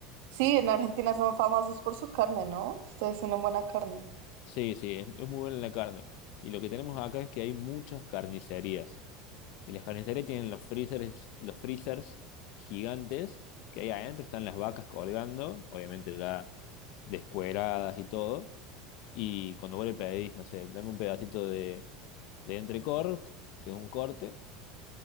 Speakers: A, on the right; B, on the left.
A: Sí, en Argentina son famosos por su carne, ¿no? Ustedes tienen buena carne.
B: Sí, sí, es, es muy buena la carne. Y lo que tenemos acá es que hay muchas carnicerías. Y las carnicerías tienen los freezers, los freezers gigantes que ahí adentro están las vacas colgando, obviamente ya descueradas y todo. Y cuando vos le pedís, no sé, dame un pedacito de, de entrecort, que es un corte,